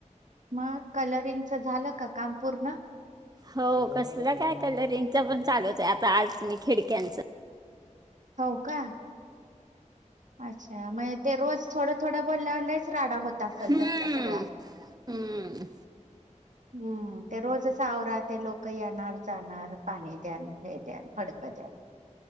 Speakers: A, on the right (about 70°); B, on the right (about 30°).
A: मग, कलरिंगच झाल का काम पूर्ण?
B: हो, कसलं काय कलरिंगच पण चालूच आहे, आता आज नी खिडक्यांचं
A: हो का? अच्छा, मग ते रोज थोडं थोडं बोलल्यावर लईच राडा होत तसल
B: हम्म.
A: तसला सगळा <unintelligible>
B: हम्म.
A: हम्म, ते रोजच आवरा, ते लोक येणार जाणार पाणी द्यान, हे द्यान, फडकं द्यान ते